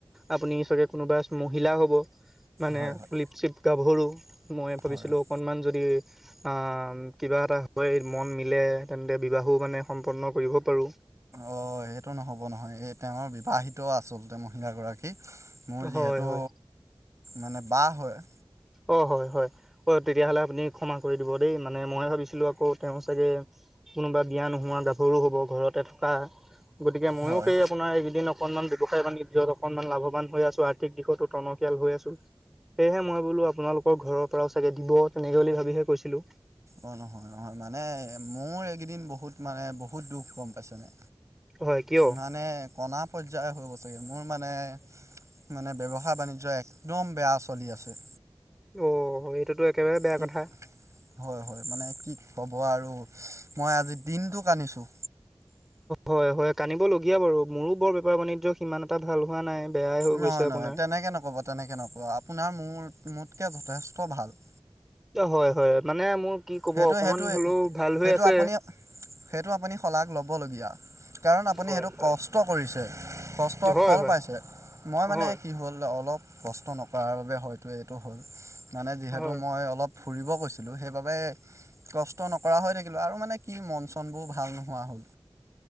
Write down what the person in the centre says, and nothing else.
আপুনি চাগে কোনোবা মহিলা হ'ব মানে
লিপচিপ, গাভৰু মই ভাবিছিলোঁ
অকণমান যদি আহ কিবা এটা হৈ মন মিলে তেন্তে বিবাহো মানে সম্পন্ন কৰিব পাৰো।
হয় হয়
অঁ হয় হয় অ তেতিয়াহ'লে আপুনি ক্ষমা কৰি দিব দেই মানে ময়ে ভাবিছিলোঁ আকৌ তেওঁ চাগে, কোনোবা বিয়া নোহোৱা গাভৰু হব ঘৰতে থকা গতিকে ময়ো
সেই আপোনাৰ এইকেইদিন অকনমান ব্যয়ৱসায় বাণিজ্যত অকনমান লাভৱান হৈ আছো আৰ্থিক দিশতো টনকিয়াল হৈ আছো। সেয়েহে মই বোলো আপোনালোকৰ ঘৰৰ পৰাও চাগে দিব তেনেকে বুলি ভাবিহে কৈছিলো।
হয় কিয়
অ এইটোতো একেবাৰে বেয়া
কথা।
হয় হয় কান্দিব লগীয়া বাৰু মোৰো বৰ বেপাৰ বাণিজ্য সিমান এটা ভাল হোৱা নাই। বেয়াই হৈ
গৈছে
আপোনাৰ
হয় হয় মানে মোৰ কি ক'ব
অকমান
হলো ভাল
হৈ আছে।
হয়
হয়
হয়
হয়
হয়
হয়